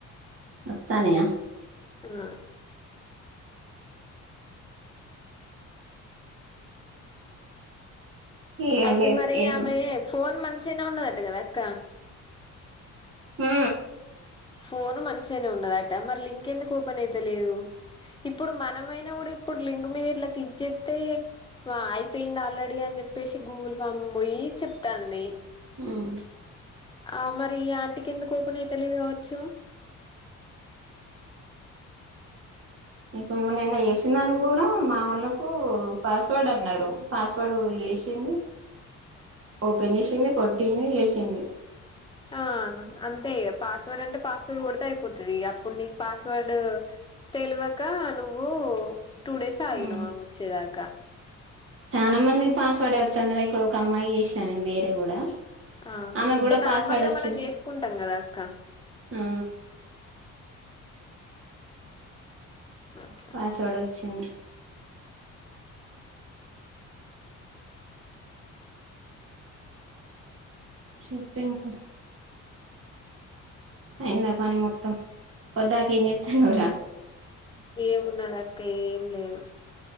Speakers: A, on the right; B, on the left.
A: వత్తనే
B: అ
A: ఏం
B: అయితే
A: లేదు
B: మరి
A: ఏం
B: ఆమె ఫోన్ మంచ్ న్న ఉన్న అట్టు కదా అక్క
A: హూ
B: ఫోన్ మంచిగానే ఉన్నదట మరి లింక్ ఎందుకు ఓపెన్ అయితేలేదు ఇప్పుడు మనమైనా కూడా ఇప్పుడు లింక్ మీద ఇట్లా క్లిక్ చేతే వా అయిపోయింది ఆల్రెడీ అని చెప్పేసి గూగుల్ ఫామ్ పోయి చెప్తాంది
A: హ్మ్
B: ఆ మరి ఈ ఆంటికి ఎందుకు ఓపెన్ అయితలేదు కావచ్చు
A: ఇప్పు మొన్న ఏందో చేసింది అని కూడా మా వాళ్ళలకు పాస్వర్డ్ అన్నారు పాస్వర్డ్ ఏసింది ఓపెన్ చేసింది కొట్టింది ఏసింది
B: ఆ అంతే పాస్వర్డ్ అంటే పాస్వర్డ్ కొడితే అయిపోతది అప్పుడు నీకు పాస్వర్డ్ తెల్వక నువ్వు టూ డేస్ అయిను
A: హ్మ్
B: ఆమె వచ్చేదాకా
A: నా మందికి పాస్వర్డ్ అవుతది రా ఇక్కడ ఒక అమ్మాయికి చేసినా నేను వేరే కూడా
B: ఆ
A: ఆమెకు
B: అంటే
A: కూడా
B: నార్మల్
A: పాస్వర్డ్
B: గా
A: వచ్చింది
B: మనం చేేసుకుంటాం కదా అక్క
A: ఆ
B: అట్లా
A: పాస్వర్డ్ చిన్ చెప్పింకా అయిందా పని మొత్తం పొద్దాక ఏం చేస్తున్నావ్ రా
B: ఏమున్నాది అక్క ఏం లేదు